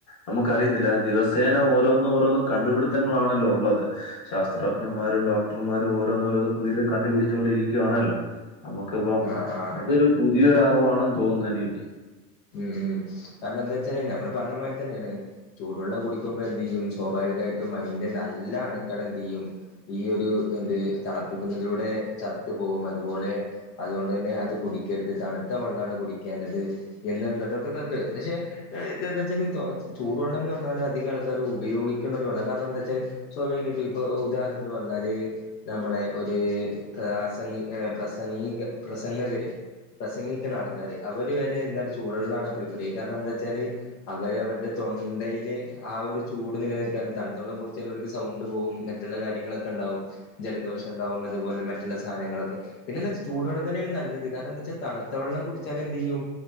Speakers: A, on the left; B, on the left.
A: നമുക്കറിയത്തില്ല ദിവസേന ഓ ഓരോന്ന് ഓരോന്ന് കണ്ടു പിടുത്തങ്ങളാണല്ലോ ഒള്ളത് ഇ ശാസ്ത്രജ്ഞന്മാരും ഡോക്ടർമാരും ഓരോന്ന് ഓരോന്ന് പുതിയത് കണ്ട് പിടിച്ചോണ്ടിരിക്കുവാണല്ലോ നമുക്കിപ്പം
B: ആഹ് ആഹ്
A: അതൊരു പുതിയൊരു അറിവാണെന്ന് തോന്നുന്നന്നെയിനപ്പറ്റി
B: ഉം ഉം കാരണന്താച്ചാല് നമ്മള് പറഞ്ഞമാതിരി തന്നേണ് ചൂടുവെള്ളം കുടിക്കുമ്പോ എന്തെ യ്യും സ്വാഭാവികായിട്ടും അയിന്റെ നല്ല അണുക്കൾ എന്തെയ്യും ഈ ഒരു എന്ത് തളപ്പിക്കുന്നതിലൂടെ ചത്തു പോവും അതുപോലെ അതുകൊണ്ട് തന്നെ അത് കുടിക്കരുത് തണുത്ത വെളളാണ് കുടിക്കേണ്ടത് എന്നുള്ളതൊക്കെ ത ത് പക്ഷെ ഇതെ എന്തെന്നച്ചാല് തൊ ചൂടുവെള്ളം എന്ന് പറഞ്ഞാല് അധിക ആൾക്കാരും ഉപയോഗിക്കുന്ന ഒരു വള്ള കാരണം എന്താ വെച്ചാൽ സ്വാഭാവികയായിട്ടു ഇപ്പൊ ഉദാഹരണത്തിന് പറഞ്ഞാല് നമ്മളെ ഒര് പ്രാസംഗിക പ്രസംഗിക പ്രസംഗകര് പ്രസംഗിക്ക്ണ ആൾക്കാര് അവര് വരെ എന്താണ് ചൂട് വള്ളാണ് പ്രിഫർ ചെയ്യണ് കാരണം എന്താ വെച്ചാല് അവര് അവരുടെ തൊണ്ടയില് ആ ഒരു ചൂട് നിലനിൽക്കാന് തണ്ത്തള്ളം കുടിച്ചാൽ അവർക്ക് സൗണ്ട് പോകും മറ്റുള്ള കാര്യങ്ങളൊക്കെ ഉണ്ടാവും ജലദോഷം ഉണ്ടാവും അതുപോലെ മറ്റുള്ള സാധനങ്ങളൊക്കെ പിന്നെ എന്താച്ചാ ചൂടു വെള്ളം തന്നെയാണ് നല്ലത് കാരണന്താച്ചാ തണ്ത്തവള്ളം കുടിച്ചാലെന്തെ ഈ ഉ